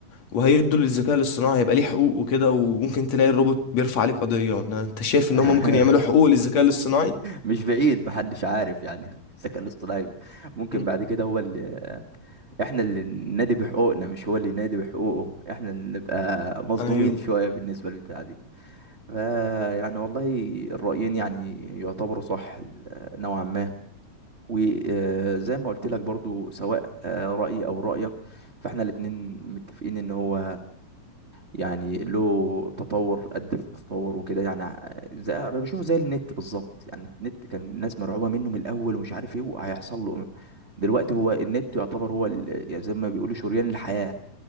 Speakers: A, on the left (about 55°); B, on the right (about 45°).
A: وهيدوا للذكاء الاصطناعي هيبقى ليه حقوق وكده وممكن تلاقي الروبوت بيرفع عليك قضية إن انت شايف
B: <laughs>
A: ان هم ممكن يعملوا حقوق
B: مم.
A: للذكاء الاصطناعي
B: مش بعيد محدش عارف يعني <laughs> الذكاء الاصطناعي ممكن
A: مم.
B: بعد كده هو اللي احنا اللي ننادي بحقوقنا مش هو اللي ينادي بحقوقه احنا اللي نبقى مظلومين
A: ايوه
B: شوية بالنسبة للبتاع دي فا يعني والله الرأيين يعني يعتبروا صح ال- نوعا ما وزي ما قلت لك برضو سواء آه، رأيي أو رأيك فاحنا الاتنين متفقين ان هو يعني له تطور قد التطور وكده يعني آه، زي بشوفه زي النت بالظبط يعني النت كان الناس مرعوبة منه من الأول ومش عارف ايه وهيحصل له إيه. دلوقتي هو النت يعتبر هو ال- يعني زي ما بيقولوا شريان الحياة